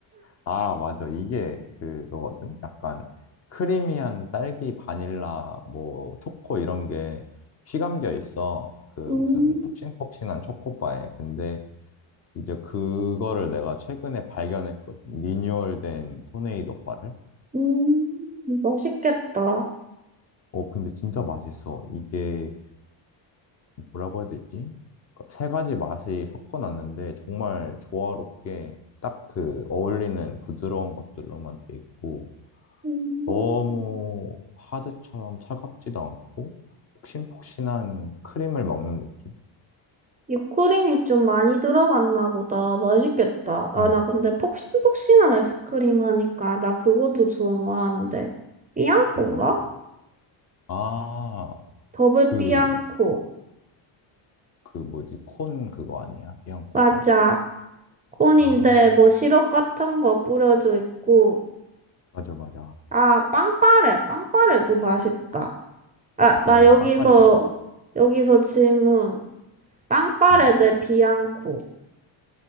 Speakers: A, on the left; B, on the right.
A: 아 맞아 이게 그거거든. 약간 크리미한 딸기 바닐라 뭐 초코 이런 게 휘감겨 있어. 그 무슨
B: 음.
A: 폭신폭신한 초코바에. 근데 이제 그거를 내가 최근에 발견했거든. 리뉴얼된 토네이도 바를.
B: 음. 맛있겠다.
A: 어 근데 진짜 맛있어. 이게 뭐라고 해야 되지? 그러니까 세 가지 맛이 섞어놨는데 정말 조화롭게 딱 그 어울리는 부드러운 것들로만 돼 있고
B: 음.
A: 너무 하드처럼 차갑지도 않고 폭신폭신한 크림을 먹는 느낌?
B: whipped 좀 많이 들어갔나 보다. 맛있겠다. 아,
A: 음,
B: 나 근데 폭신폭신한 아이스크림 하니까 나 그것도 좋아하는데. 삐양코인가?
A: 어떤 거? 아,
B: 더블
A: 그,
B: 삐양코.
A: 그 뭐지? 콘 그거 아니야? 비앙코가?
B: 맞아. 콘인데
A: 아,
B: 뭐 시럽 같은 거 뿌려져 있고.
A: 맞아, 맞아.
B: 아, 빵빠레. 빵빠레도 맛있다. 아, 나
A: 음,
B: 여기서,
A: 빵빠레도 맛있어.
B: 여기서 질문. 빵빠레
A: 음.
B: 대 비앙코.